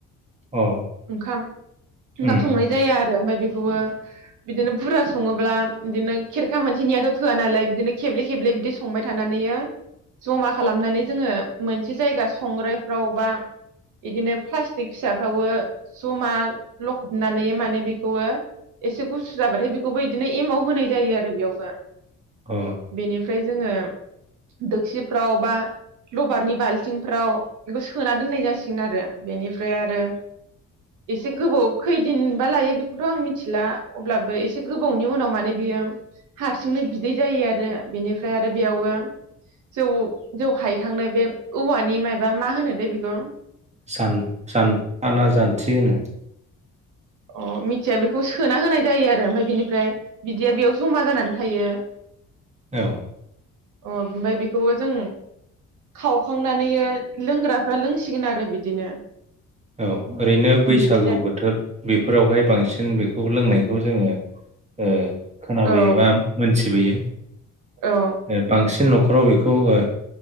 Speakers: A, on the right; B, on the right.
A: अ
B: ओंखाम ओंखाम
A: उम
B: संनाय जाया आरो ओमफ्राय बे खौबो बिदिनो बुरजा सङोब्ला बिदिनो खेरखा मोनसेनियाथ' थोआ नालाय बिदिनो खेबले खेबले बिदि संबाय थानानैयो जमा खालामनानै जोङो मोनसे जायगा संग्रायफ्राव बा इदिनो प्लास्टिक फिसाफ्रावबो जमा लखबनानैयो माने बेखौयो एसे गुसु जाबाथाय बेखौबो इदिनो एमाव होनाय जायो आरो बेयावबो।
A: अ
B: बेनिफ्राय जोङो दोक्सिफ्राव बा लबारनि बाल्थिंफ्राव बेखौ सोना दोननाय जासिगोन आरो बेनिफ्राय आरो एसे गोबाव खैदिनबा लायो बेखौथ' आं मिथिला अब्लाबो एसे गोबावनि उनाव माने बियो हारसिंनो बि दै जायो आरो बेनिफ्राय आरो बेयावबो जौ जौ हायखांनो बे औवानि माबा मा होनोथाय बेखौ
A: जान-जानथाना जानथि होनो?
B: अ मिथिया बेखौ सोना होनाय जायो आरो ओमफ्राय बिनिफ्राय बिदैया बेयाव जमा जानानै थायो।
A: औ
B: अ ओमफ्राय बेखौबो जों खावखांनानैयो लोंग्राफ्रा लोंसिगोन आरो बिदिनो।
A: औ ओरैनो बैसागु
B: बिदै जा
A: बोथोर। बेफोरावहाय बांसिन बेखौ लोंनायखौ जोङो ओ खोनाबोयोबा
B: औ
A: मोनथिबोयो।
B: औ
A: ओ बांसिन नख' राव बेखौ ओ